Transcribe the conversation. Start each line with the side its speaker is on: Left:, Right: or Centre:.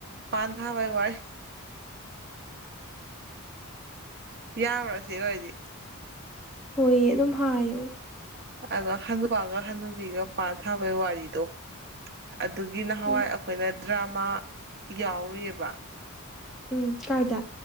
Right: ꯄꯥꯟꯊꯥꯕꯩ ꯋꯥꯔꯤ ꯌꯥꯕ꯭ꯔꯁꯤ ꯑꯣꯏꯔꯗꯤ
Centre: ꯍꯣꯏ ꯑꯗꯨꯝ ꯍꯥꯏꯌꯨ
Right: ꯑꯗꯣ ꯍꯅꯨꯕꯥꯒ ꯍꯟꯅꯨꯕꯤꯒ ꯄꯥꯟ ꯊꯥꯕꯩ ꯋꯥꯔꯤꯗꯣ ꯑꯗꯨꯒꯤ ꯅꯍꯥꯟꯋꯥꯏ
Centre: ꯎꯝ
Right: ꯑꯩꯈꯣꯏꯅ ꯗ꯭ꯔꯃꯥ ꯌꯥꯎꯔꯨꯏꯑꯥꯕ
Centre: ꯎꯝ ꯀꯥꯏꯗ